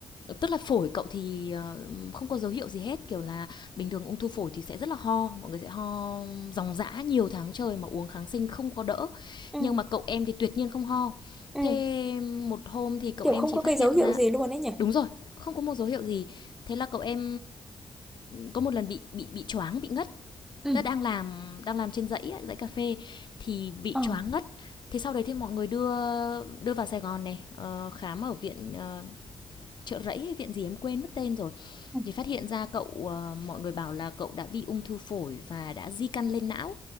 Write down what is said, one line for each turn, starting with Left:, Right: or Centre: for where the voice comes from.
Left: tức là phổi cậu thì, ờ, không có dấu hiệu gì hết, kiểu là, bình thường ung thư phổi thì sẽ rất là ho, mọi người sẽ ho ròng rã nhiều tháng trời mà uống kháng sinh không có đỡ.
Centre: ừ,
Left: Nhưng mà cậu em thì tuyệt nhiên không ho.
Centre: ừ.
Left: Thế một hôm thì cậu
Centre: kiểu
Left: em
Centre: không
Left: chỉ
Centre: có
Left: phát
Centre: cái dấu
Left: hiện
Centre: hiệu
Left: ra
Centre: gì luôn ấy nhỉ
Left: đúng rồi, không có một dấu hiệu gì. Thế là cậu em có một lần bị bị bị choáng, bị ngất,
Centre: Ừ.
Left: tớ đang làm đang làm trên dãy ấy, dãy cà phê thì bị
Centre: ờ
Left: choáng ngất thế sau đấy thì mọi người đưa đưa vào Sài Gòn này ờ, khám ở viện ờ, chợ rẫy hay viện gì em quên mất tên rồi
Centre: ừ,
Left: thì phát hiện ra cậu ờ, mọi người bảo là cậu đã bị ung thư phổi và đã di căn lên não